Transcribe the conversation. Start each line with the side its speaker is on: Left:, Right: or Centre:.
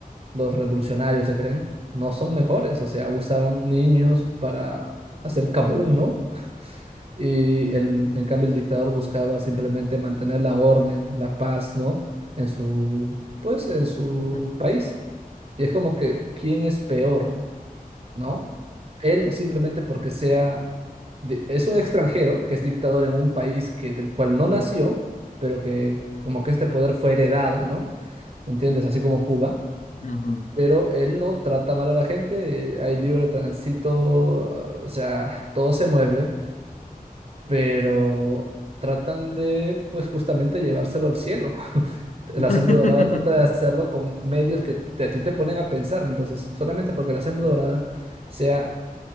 Right: los revolucionarios se creen, no son mejores, o sea, usaban niños para hacer kabum, ¿no? <laughs> Y el, en cambio el dictador buscaba simplemente mantener la orden, la paz, ¿no? En su, pues, en su
Left: Ujú.
Right: país. Y es como que, ¿quién es peor, no? Él simplemente porque sea, de- es un extranjero que es dictador en un país que, del cual no nació, pero que como que este poder fue heredado, ¿no? ¿Me entiendes? Así como Cuba.
Left: Mm, Ujú.
Right: Pero él no trata mal a la gente, eh, hay libre tránsito, ah, o sea, todo se mueve, pero tratan de, pues justamente llevárselo al cielo. La
Left: <laughs>
Right: senda dorada trata de hacerlo con medios que te- a ti te ponen a pensar, entonces, solamente porque la senda dorada sea